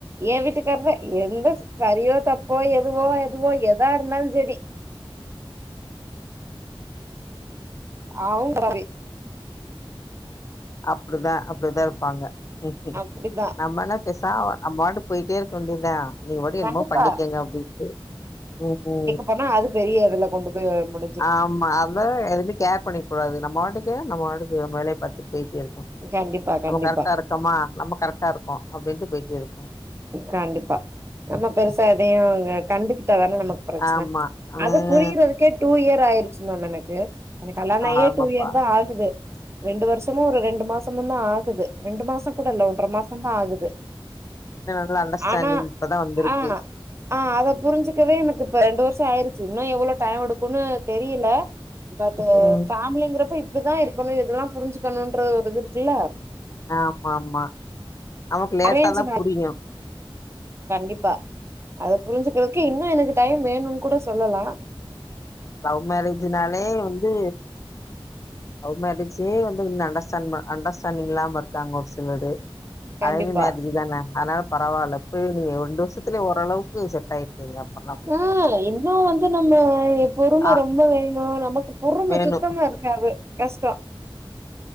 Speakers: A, on the right; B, on the left.
A: என் வீட்டுக்கார்தா எந்த சரியோ தப்போ எதுவோ எதுவோ எதா இருந்தாலும் சேரி அவுங்கவே
B: அப்டிதான் அப்டிதான் இருப்பாங்க உகும்
A: அப்டித்தா
B: நம்மனா பேசா அம் மாட்டு போய்ட்டே இருக்க வேண்டிதா நீங்க பாட்டுக்கு
A: கண்டிப்பா
B: என்னமோ பண்ணிக்கங்க அப்டின்ட்டு உ ஹும்
A: பண்ணா அது பெரிய இதுல கொண்டு போய் முடிம்
B: ஆமா அத எதுமே கேர் பண்ணிக் கூடாது நம்ம வாட்டுக்கு நம்ம வாட்டுக்கு வேலைய பார்த்துட்டு போய்ட்டே இருக்கும்
A: கண்டிப்பா கண்டிப்பா
B: நம்ம கரெக்டா இருக்கோமா நம்ம கரெக்டா இருக்கோம் அப்டின்ட்டு போய்ட்டே இருக்கனும்
A: கண்டிப்பா நம்ம பெருசா எதையும் எ கண்டுகிட்டாதான நமக்கு பிரச்சன
B: ஆமா ம்
A: அது புரிறது க்கு டூ இயர் ஆய்ருச்சு மேம் எனக்கு எனக்கு கல்யாணாயே
B: ஆமாப்பா
A: டூ இயர் தான் ஆகுது ரெண்டு வருஷமும் ஒரு ரெண்டு மாசமுதான் ஆகுது ரெண்டு மாசோ கூட இல்ல ஒன்ற மாசோ தான் ஆகுது
B: அ நல்ல அண்டர்ஸ்டாண்டிங்
A: ஆனா
B: இப்பதான் வந்துருக்கு
A: ஆ ஆ அத புரிஞ்சுக்கவே எனக்கு இப்ப ரெண்டு வருஷம் ஆய்ருச்சு இன்னும் எவ்ளோ டைம் எடுக்கும்ன்னு தெரியல பட் அ
B: ம்
A: ஃபேமிலிங்கிறப்ப இப்டிதான் இருக்கணும் இதெல்லாம் புரிஞ்சுக்கணும்ன்ற ஒரு இது இருக்குல்ல
B: ஆமாம்மா நமக்கு லேட்டாதான்
A: அரேஞ்ச்
B: புரியுமே
A: கண்டிப்பா அத புரிஞ்சுக்கிறதுக்கு இன்னும் எனக்கு டைம் வேணும் கூட சொல்லலாம்
B: லவ் மேரேஜ்னாலே வந்து லவ் மேரேஜே வந்து உன்னு அண்டர்ஸ்டாண்ட் அண்டர்ஸ்டாண்டிங் இல்லாம இருக்காங்க ஒரு சிலரு
A: கண்டிப்பா
B: அரஞ்சு மேரேஜ் தான அதனால பரவாயில்ல போய் நீங்க ரெண்டு வருஷத்துலயே ஓரளவுக்கு செட் டில் ஆய்குங்க அப்ப
A: யா இன்னும் வந்து நம்ம பொறும
B: ஆ
A: ரொம்ப வேணும் நமக்கு பொறும
B: வேணு
A: சுத்தமா இருக்காது கஷ்டோ